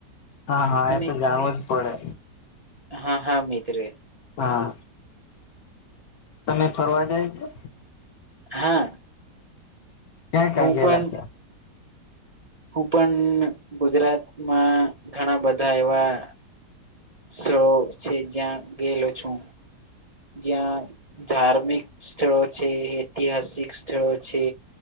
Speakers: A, on the left (about 70°); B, on the right (about 45°).
A: હા હા
B: અને
A: એ તો જાણવું જ પડે.
B: હા હા મિત રે
A: હા તમે ફરવા જાય જો
B: હા
A: ક્યાં ક્યાં
B: હું
A: ગયેલા
B: પણ
A: છે?
B: હું પણ ગુજરાતમાં ઘણા બધા એવા સ્થળો છે જ્યાં ગયેલો છું જ્યાં ધાર્મિક સ્થળો છે ઐતિહાસિક સ્થળો છે.